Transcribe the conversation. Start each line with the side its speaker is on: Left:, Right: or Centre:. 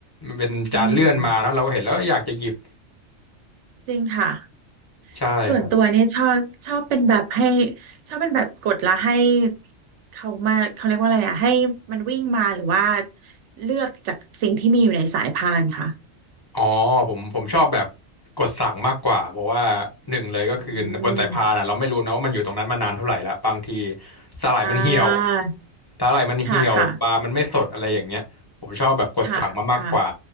Left: มันเป็นจานเลื่อนมาแล้วเราก็เห็นแล้วก็อยากจะหยิบ
Right: อืมจริงค่ะ
Left: ใช่ครับ
Right: ส่วนตัวเนี่ยชอบชอบเป็นแบบให้ชอบเป็นแบบกดแล้วให้เขามาเขาเรียกว่าอะไรอ่ะให้มันวิ่งมาหรือว่าเลือกจากสิ่งที่มีอยู่ในสายพานค่ะ
Left: อ๋อผมผมชอบแบบกดสั่งมากกว่าเพราะว่าหนึ่งเลยก็คือบนสายพานอ่ะเราไม่รู้นะว่ามันอยู่ตรงนั้นมานานเท่าไหร่ละบางที
Right: อืม
Left: สาหร่ายมันเหี่ยว
Right: อ่า
Left: สาหร่ายมันเหี่ยวปลามันไม่สดอะไรอย่างเงี้ยผมชอบแบบกดสั่งมามากกว่า
Right: ค่ะค่ะค่ะค่ะ